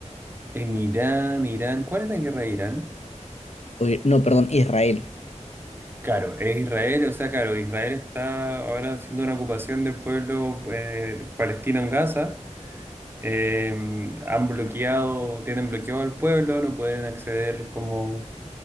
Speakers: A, on the right; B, on the left.
A: En Irán, Irán. ¿Cuál es la guerra de Irán?
B: Oye, no, perdón, Israel.
A: Claro, es Israel, o sea, claro, Israel está ahora haciendo una ocupación del pueblo eh, palestino en Gaza. Eh, han bloqueado, tienen bloqueado al pueblo, no pueden acceder como